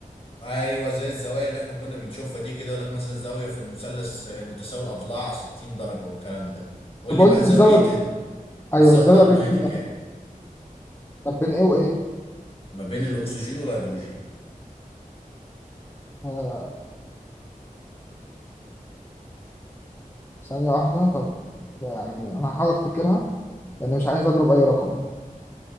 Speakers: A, on the left; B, on the left.
A: ايوه زي الزوايا اللي احنا كنا بنشوفها دي كده يقول لك مثلا زاويه في المثلث آه، متساوي الاضلاع 60 درجه والكلام ده قول
B: طب
A: لي
B: قول
A: بقى
B: لي
A: زاويه
B: الزاوية ب...
A: ال-
B: ايوه
A: الزاويه
B: الزاوية
A: بتاع الميه
B: بين ايه
A: دي
B: بقى؟
A: كام
B: طب بين ايه وايه؟
A: ما بين الاكسجين والهيدروجين
B: آه ثانية واحدة طب يعني انا هحاول افتكرها لان مش عايز اضرب اي رقم